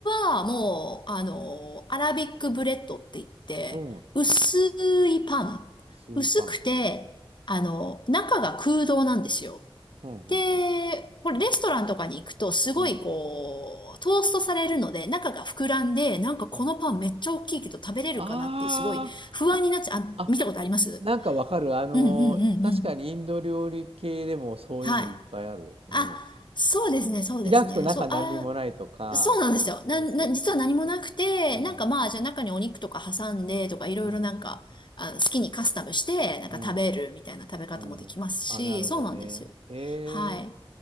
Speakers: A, on the left; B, on the right.
A: はもう、あの、アラビックブレッドって言って、
B: うん。
A: 薄いパン。
B: 薄いパン。
A: 薄くて、あの、中が空洞なんですよ。
B: うん、うん、
A: で、
B: うん。
A: これレストランとかに行くとすごいこう、
B: うん。
A: トーストされるので中が膨らんで、なんかこのパンめっちゃ大きいけど食べれるかなってすごい不安になっちゃう。
B: うんあーあ、
A: あ、
B: あ、
A: 見たことあります
B: なんかわかる。あの確かにインド料理系でもそういうのいっぱいある。
A: うんうんうんうん。はい。
B: うん。
A: あ、そうですね、そうですね。
B: 開くと中何にもないとか。
A: そう、あ、そうなんですよ。な、
B: そうそうそうそ
A: な、実は何もなくて、
B: う。うん。
A: なんかまあ、じゃあ中にお肉とか挟んでとかいろいろなんか、
B: うん。
A: あ、好きにカスタムして、なんか食べるみたいな食べ方もできますし、
B: うん。うん。あ、なるほどね。
A: そうなんですよ。
B: ええ
A: はい。